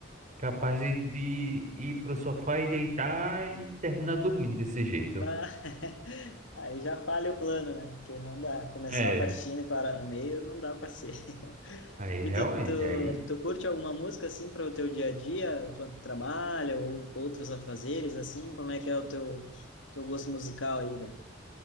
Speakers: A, on the right; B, on the left.
A: Capaz de, de ir pro sofá e deitar e terminar dormindo desse jeito.
B: Mas <laughs> aí já falha o plano, né? Porque não dá. Começar
A: É,
B: a faxina e parar no meio, não dá para ser. <laughs>
A: aí realmente,
B: E tu, tu,
A: aí.
B: tu curte alguma música assim para o teu dia a dia, enquanto trabalha ou outros afazeres assim? Como é que é o teu, teu gosto musical aí, velho?